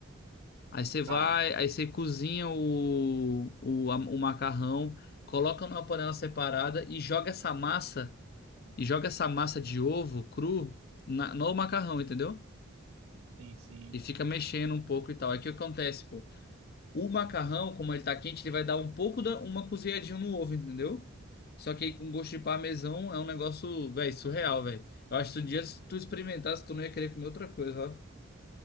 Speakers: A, on the left (about 45°); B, on the right (about 85°).
A: Aí você vai,
B: tá.
A: aí você cozinha o, o, a- o macarrão, coloca numa panela separada e joga essa massa, e joga essa massa de ovo cru na- no macarrão, entendeu?
B: Sim, sim.
A: E fica mexendo um pouco e tal. Aí o que acontece, pô? O macarrão, como ele tá quente, ele vai dar um pouco da uma cozinhadinha no ovo, entendeu? Só que aí com gosto de parmesão é um negócio, velho, surreal, velho. Eu acho que um dia se tu experimentasse, tu não ia querer comer outra coisa,